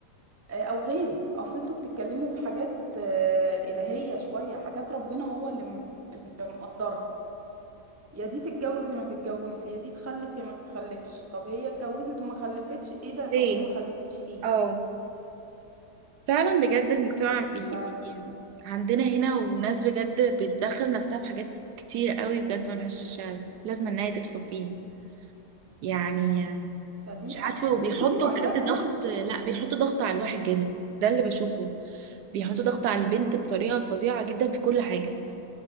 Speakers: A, on the right; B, on the right.
A: آه أو غيره أصل انتوا بتتكلموا في حاجات آه إلهية شوية حاجات ربنا هو اللي م- اللي مقدرها يا دي تتجوز يا ما تتجوزش يا دي تخلف يا ما تخلفش طب هي اتجوزت وما خلفتش ايه ده طب
B: ليه؟
A: هي ما خلفتش ليه
B: اه فعلا بجد المجتمع بي...
A: ف...
B: بي... عندنا هنا وناس بجد بتدخل نفسها في حاجات كتير قوي بجد ملهاش لازمة ان هي تدخل فيها يعني
A: فدي
B: مش
A: لأن
B: عارفة وبيحطوا
A: دي لوحدها
B: بجد
A: كمان
B: ضغط
A: مشكلة
B: لا بيحطوا ضغط على الواحد جامد ده اللي بشوفه بيحطوا ضغط على البنت بطريقة فظيعة جدا في كل حاجة